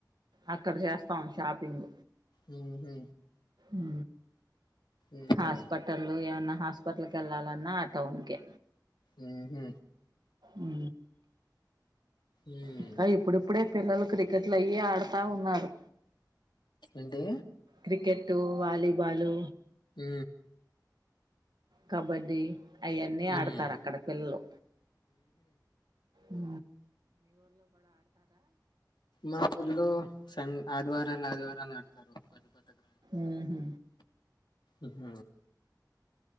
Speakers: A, on the right; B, on the left.
A: అక్కడ చేస్తాం షాపింగ్
B: ఉహు
A: ఉ
B: ఉహు
A: హాస్పిటల్ ఏవనా హాస్పిటల్కి వెళ్ళాలన్నా ఆ టౌన్ కె
B: ఉ హు
A: ఉ
B: ఉమ్
A: ఇంకా ఇప్పుడిప్పుడే పిల్లలు క్రికెట్లు అయ్యి ఆడతా ఉన్నారు
B: ఏంటి
A: క్రికెట్టు వాలీబాలు
B: ఉ
A: కబడ్డీ అయన్నీ
B: ఉమ్
A: ఆడతారు అక్కడ పిల్లలు ఉ
B: మామూలు సన్ ఆదివారం పిల్లలు అదివారాలు ఆడుతారు <unintelligible>
A: మ్ హు
B: మ్ హు